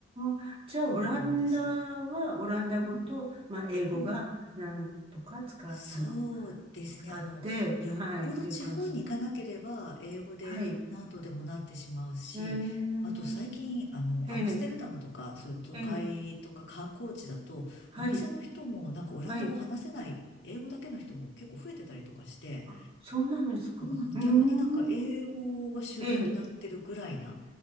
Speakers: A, on the right; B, on the left.
A: あ、じゃあ、オランダは、
B: そうなんです。
A: オランダ語と、
B: うん。
A: まあ、英語が、
B: うん
A: なんとか使う、
B: そうですね。
A: あの、使って、
B: あの、よっぽど地方に行かなければ、
A: はい、っていう感じ。
B: 英語で何とでもなってしまうし、
A: はい。えー、
B: あと最近、あの、
A: ええ、
B: アムステルダムとか、そういう都会とか観光地だと、
A: ええ、はい、
B: お店の人もなんかオランダ語話せない、
A: はい。
B: 英語だけの人も結構増えてたりとかして、
A: あ、そうなんですか。
B: うん、
A: うーん、
B: 逆になんか英語が主流になってるぐらいな、
A: ええ、